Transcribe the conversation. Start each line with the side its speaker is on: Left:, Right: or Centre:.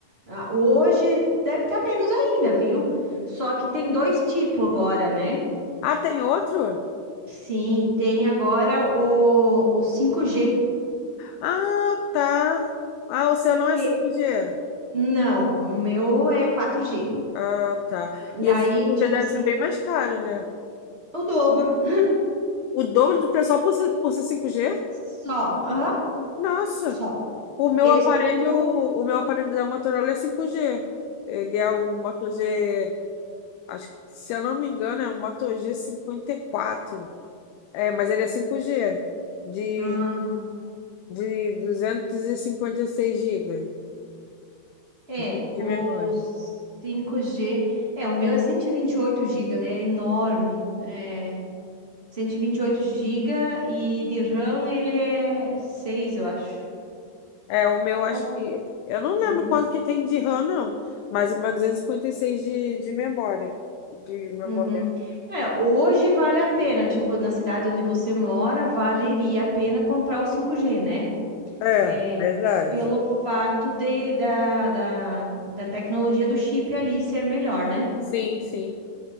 Right: Ah, Hoje deve estar menos ainda, viu? Só que tem dois tipos agora, né?
Left: Ah, tem outro?
Right: Sim, tem agora o, o cinco g
Left: Ah, tá. Ah, o seu não é
Right: E-
Left: cinco g
Right: não, o meu é quatro g
Left: Ah, tá.
Right: Daí,
Left: E esse cinco
Right: tipo
Left: g deve
Right: assim,
Left: ser bem mais caro, né?
Right: o dobro. <laughs>
Left: O dobro do preço só por ser, por ser cinco g
Right: Só, aham,
Left: Nossa.
Right: só.
Left: O meu
Right: Eles
Left: aparelho,
Right: pegaram.
Left: o meu aparelho da Motorola é 5G. Ele é um Moto G, acho, que, se eu não me engano, é um Moto G54. É, mas ele é 5G de,
Right: É.
Left: de 256 GB
Right: É,
Left: de
Right: o
Left: de memória.
Right: cinco g é, o meu é cento e e vinte e oito gigas, é enorme. É cento e vinte e oito gigas e de RAM ele é 6, eu acho.
Left: É, o meu
Right: Mas
Left: acho que eu não
Right: Uhum.
Left: lembro quanto que tem de RAM não, mas o meu 256 de, de memória, de memória.
Right: Uhum. É, hoje vale a pena, tipo, na cidade onde você mora, valeria a pena comprar o cinco g né?
Left: É,
Right: É,
Left: verdade.
Right: pelo fato de da, da, da tecnologia do chip ali ser melhor, né?
Left: Sim, sim.